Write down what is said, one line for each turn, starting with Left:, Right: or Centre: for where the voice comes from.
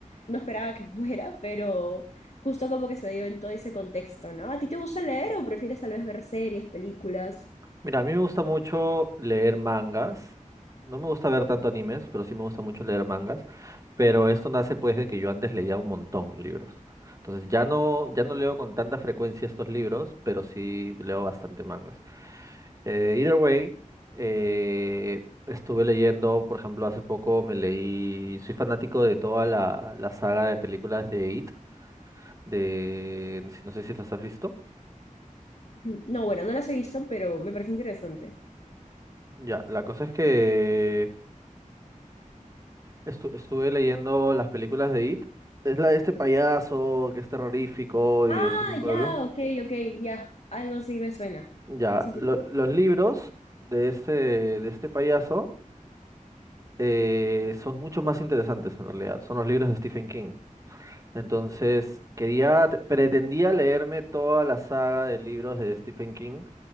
Left: No esperaba que <laughs> muera, pero justo como que se dio en todo ese contexto, ¿no? ¿A ti te gusta leer o prefieres tal vez ver series, películas?
Right: Mira, a mí me gusta mucho leer mangas. No me gusta ver tanto animes, pero sí me gusta mucho leer mangas. Pero esto nace pues de que yo antes leía un montón libros. Entonces ya no, ya no leo con tanta frecuencia estos libros, pero sí leo bastante mangas. Eh, either way, eh, estuve leyendo, por ejemplo, hace poco me leí, soy fanático de toda la, la saga de películas de It, de, no sé si las has visto.
Left: Ujú. No, bueno, no las he visto, pero me parece interesante.
Right: Ya, la cosa es que Estu- estuve leyendo las películas de It. Es la de este payaso que es terrorífico
Left: Ah,
Right: y es en un pueblo.
Left: ya, ok, ok, ya, algo sí me suena.
Right: Ya,
Left: Sí,
Right: lo-
Left: sí,
Right: los libros de este, de este payaso eh, son mucho más interesantes en realidad. Son los libros de Stephen King. Entonces, quería, te- pretendía leerme toda la saga de libros de Stephen King,